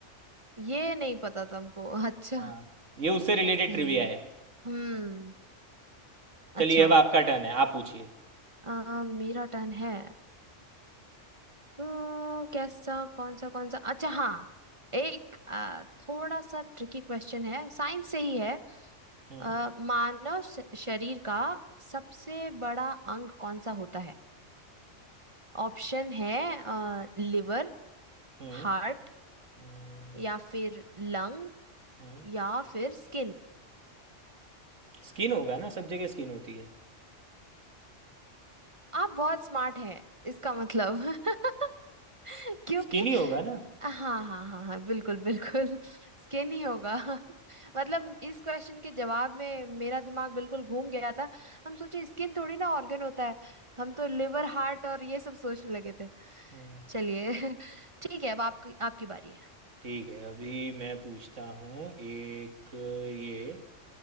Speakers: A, on the right; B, on the right.
A: ये नहीं पता तुमको <laughs> अच्छा
B: हाँ ये उससे रिलेटेड
A: सही
B: ट्रिविया है
A: हम्म अच्छा
B: चलिए अब आपका टर्न है आप पूछिए
A: अ, मेरा टर्न है तो कैसा कौन सा कौन सा अच्छा हाँ एक आ, थोड़ा सा ट्रिकी क्वेश्चन है साइंस से ही है
B: हम्म
A: आ, मानव श- शरीर का सबसे बड़ा अंग कौन सा होता है ऑप्शन है आ, लिवर
B: हम्म
A: हार्ट
B: हम्म,
A: या फिर लंग
B: हम्म,
A: या फिर स्किन
B: स्किन होगा ना सब जगह स्किन होती है
A: आप बहुत स्मार्ट हैं इसका मतलब <laughs> क्योंकि
B: स्किन ही होगा ना
A: हाँ हाँ हाँ हाँ बिल्कुल बिल्कुल <laughs> स्किन ही होगा <laughs> मतलब इस क्वेश्चन के जवाब में मेरा दिमाग बिल्कुल घूम गया था हम सोचे स्किन थोड़ी ना ऑर्गन होता है हम तो लिवर हार्ट और ये सब सोचने लगे थे
B: हम्म।
A: चलिए <laughs> ठीक है अब आपकी आपकी बारी है
B: ठीक है अभी मैं पूछता हूँ एक ये